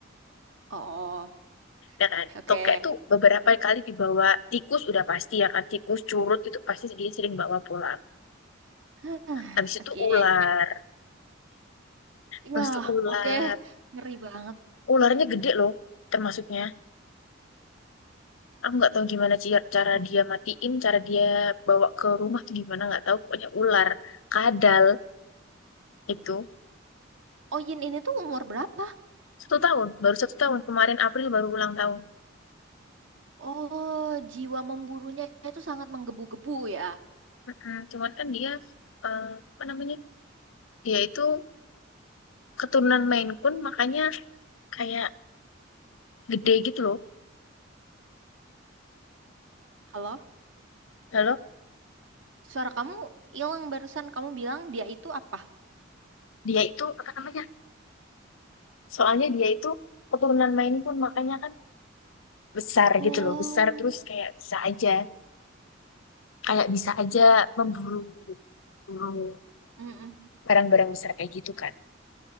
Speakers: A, on the right (about 75°); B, on the left (about 80°).
A: Oh,
B: ya kan
A: oke.
B: tokek tuh beberapa kali dibawa tikus udah pasti ya kan tikus curut itu pasti dia sering bawa pulang
A: Hah,
B: habis itu
A: Oke.
B: ular habis
A: Ya,
B: itu ular
A: oke. Ngeri banget.
B: ularnya gede loh termasuknya aku nggak tahu gimana sih cara
A: Hmm.
B: dia matiin cara dia bawa ke rumah tuh gimana nggak tahu pokoknya ular kadal itu
A: Oh, Yin ini tuh umur berapa?
B: satu tahun baru satu tahun kemarin April baru ulang tahun
A: Oh, jiwa memburunya itu sangat menggebu-gebu ya.
B: Mm-mm. cuman kan dia eh, apa namanya dia itu keturunan Maine Coon makanya kayak gede gitu loh
A: Halo?
B: halo
A: Suara kamu hilang barusan. Kamu bilang dia itu apa?
B: dia itu apa namanya soalnya dia itu keturunan Maine Coon makanya kan besar
A: Oh.
B: gitu loh besar terus kayak bisa aja kayak bisa aja memburu memburu
A: Mm-mm.
B: barang-barang besar kayak gitu kan